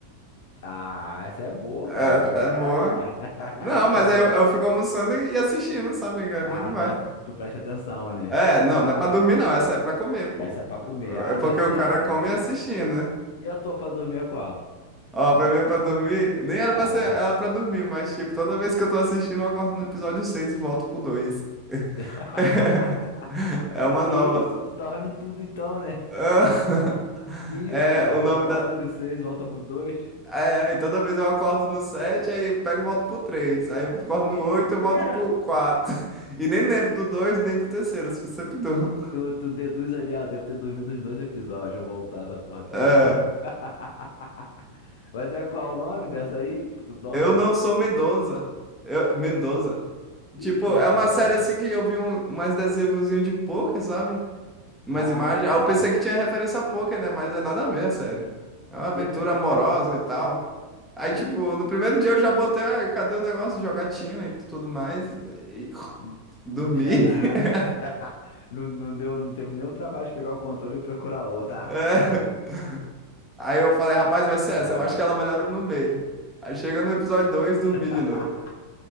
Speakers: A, on the left; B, in the centre.
A: Ah, essa é boa,
B: É,
A: cara. Qual é,
B: é boa.
A: cara?
B: Não,
A: <laughs> Você
B: mas
A: ouviu?
B: aí eu, eu fico almoçando e assistindo, sabe? É
A: Ah,
B: bom demais.
A: tu, tu tu presta atenção, né?
B: É, não,
A: Ah,
B: não é pra dormir,
A: é,
B: não. Essa
A: é, é.
B: é pra comer, pô.
A: Essa é pra comer. Ah,
B: É
A: tá
B: porque
A: certo,
B: o cara come
A: tá certo.
B: assistindo, né?
A: E a tua pra dormir é qual?
B: Ó, pra mim é pra dormir. Nem era
A: Ah.
B: pra ser, era pra dormir, mas tipo, toda vez que eu tô assistindo, eu acordo no episódio 6 e volto pro dois <laughs>
A: <laughs>
B: É uma nova.
A: Que isso? Tu dorme tudo então, né?
B: Ah, <laughs>
A: Que isso,
B: É
A: cara?
B: o nome
A: Tu acorda
B: da.
A: nos seis, volta pro dois.
B: É, aí toda vez eu acordo no sete aí eu pego e volto pro três, Aí eu acordo
A: Que
B: no
A: isso,
B: 8 e volto
A: cara?
B: pro quatro <laughs> E nem lembro
A: Tu,
B: do 2
A: que-
B: nem do terceiro, se você perdoa.
A: tu- tu deduz ali, ah, devo ter dormido uns dois episódios, eu vou voltar essa porra toda
B: <laughs> É.
A: aí. <laughs> Mas é qual o nome dessa aí que tu dorme?
B: Eu não sou Mendonça. Eu, Mendoza. Tipo,
A: Ih, conheço
B: é uma
A: não.
B: série assim que eu vi um, mais adesivozinho de poker, sabe? Umas
A: Ah,
B: imagens.
A: tá.
B: Ah, eu pensei que tinha referência a poker, né? Mas é nada a ver, a série. É uma aventura
A: <laughs>
B: amorosa e tal. Aí,
A: Ih,
B: tipo, no primeiro dia eu já botei, ué, cadê o negócio de jogatina e tu- tudo mais? E <laughs>
A: não
B: dormi.
A: não tinha nada.
B: <laughs>
A: <laughs> Não, não deu, não teve nem o trabalho de pegar o controle e procurar outra.
B: É.
A: Ah, vou dormir.
B: Aí eu falei, rapaz, vai ser essa.
A: Ah,
B: Eu acho que ela melhora no meio. Aí chega no episódio 2 dormi
A: <laughs>
B: de novo.